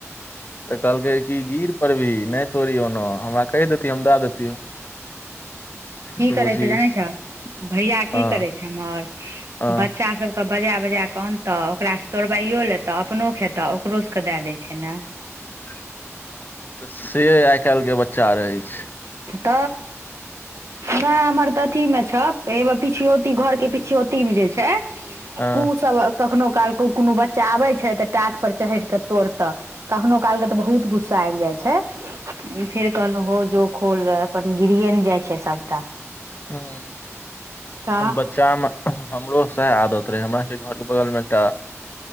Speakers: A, on the left; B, on the right.
A: त कहलकै गिर-गिर परबे। नयि तोड़ीओ न, हमरा कहि देति हम द देतियौ।
B: की
A: बुझी
B: करै छै जानै छ भैया की
A: हँ
B: करै छै हमर,
A: हँ
B: बच्चा सब के बजा-बजा क अनतअ ओकरासँ तोड़बाइयो लेत अपनो खेत ओकरो सबके दए दै छै न।
A: हँ आइ काइल के बच्चा रहै छै।
B: त। नयि हमर त अथी में छ, ए में पिछयौती घर के पिछयौती में जे छै
A: हँ
B: उ सब कखनो काल क कुनो बच्चा आबै छै तऽ टाट पर चहेर क तोड़त। कखनो काल क त बहुत गुस्सा आइब जाइ छै। फेर कहलहुँ हो जो खोल रहे, अपन गिरिएन जाइ छै सबटा।
A: ह
B: त।
A: बच्चा मे हमरो सएह आदत रहै हमरा के घर के बगल में एकटा